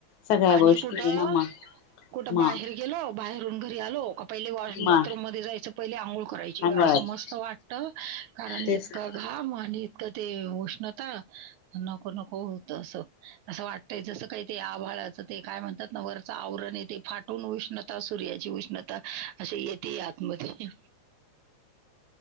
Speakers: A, on the left (about 75°); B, on the right (about 75°).
A: सगळ्या
B: आणि
A: गोष्टी
B: कुठं
A: आहे ना मग
B: कुठ
A: म
B: बाहेर गेलो. बाहेरून घरी आलो का पहिले वॉ
A: म
B: बाथरूम मध्ये जायचं पहिले आंगोळ. कराय
A: अंगोळाची
B: अस मस्त वाटत कारण इतका.
A: तेच ना
B: घामा आणि इतकं ते उष्णता. नको नको होत असं असं वाटतय जसं काही ते आभाळच. ते काय म्हणतात ना वरच आवरण य तेे फाटून उष्णता सूर्याची उष्णता असे येते. ते आतमध्ये.